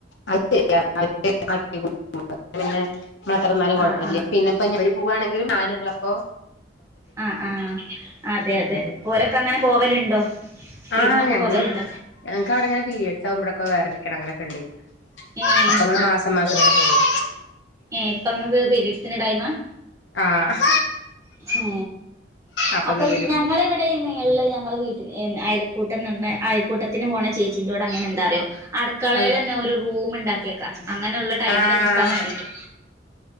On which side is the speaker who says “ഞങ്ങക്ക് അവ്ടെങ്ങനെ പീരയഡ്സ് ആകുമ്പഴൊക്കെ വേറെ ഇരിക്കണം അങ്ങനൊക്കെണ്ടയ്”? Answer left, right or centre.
Left